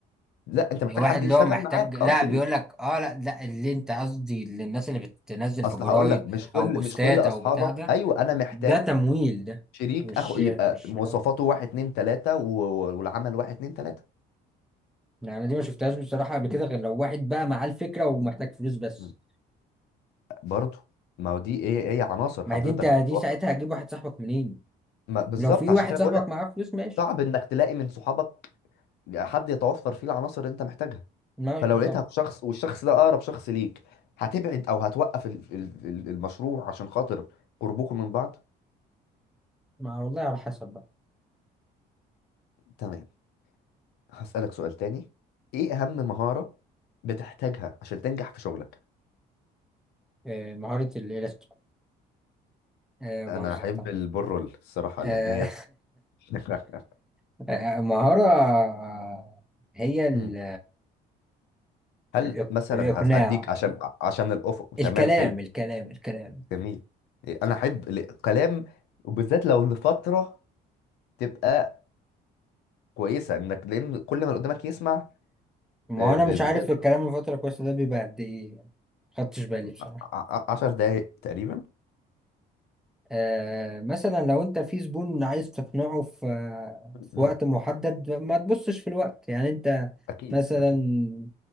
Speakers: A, on the left (about 75°); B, in the centre.
A: لا انت
B: بيبقى
A: محتاج
B: واحد
A: حد
B: اللي
A: يشتغل
B: هو محتاج
A: معاك
B: لا
A: اه شريك
B: بيقول لك اه لا لا اللي انت قصدي اللي الناس اللي بتنزل في
A: اصل
B: جرايد
A: هقول لك مش كل
B: او بوستات
A: مش كل اصحابك
B: او بتاع ده
A: ايوه انا محتاج
B: ده تمويل ده
A: شريك
B: مش
A: اخو يبقى
B: مش
A: مواصفاته
B: لا
A: واحد اتنين تلاته و... و- والعمل واحد اتنين تلاته
B: لا، انا دي ما شفتهاش بصراحة قبل كده غير لو واحد بقى معاه الفكرة ومحتاج فلوس بس
A: م. برضه ما هو دي ايه ايه عناصر
B: ما
A: حضرتك
B: دي انت دي
A: بتتوفر
B: ساعتها هتجيب واحد صاحبك منين
A: ما بالظبط
B: لو في
A: عشان
B: واحد
A: كده
B: صاحبك
A: بقول لك
B: معاه فلوس ماشي
A: صعب انك تلاقي من صحابك حد يتوفر فيه العناصر اللي انت محتاجها
B: ما
A: فلو
B: يبقى
A: لقيتها
B: طب
A: في شخص والشخص ده اقرب شخص ليك هتبعد او هتوقف ال- ال- ال- المشروع عشان خاطر قربكم من بعض
B: ما والله على حسب بقى
A: تمام هسألك سؤال تاني ايه اهم مهارة بتحتاجها عشان تنجح في شغلك
B: آه، مهارة الإلكترو آه، بهزر
A: انا احب
B: طبعا
A: البرول الصراحة
B: آه،
A: لان هي <laughs>
B: <laughs> آه، مهارة آه، هي ال-
A: مم. هل
B: الإق-
A: مثلا
B: الإقناع
A: هديك عشان عشان الافق
B: الكلام
A: تمام حلو
B: الكلام الكلام
A: جميل إيه، انا احب الكلام وبالذات لو لفترة تبقى كويسة انك لان كل ما اللي قدامك يسمع
B: ما
A: آه،
B: هو أنا
A: ب-
B: مش عارف
A: بتقدر
B: الكلام الفترة الكويسة ده بيبقى قد إيه خدتش بالي بصراحة
A: ع- ع- عشر دقايق تقريبا
B: آه، مثلا لو أنت في زبون عايز تقنعه في في
A: مم.
B: وقت محدد ما تبصش في الوقت يعني أنت
A: اكيد
B: مثلا
A: اكيد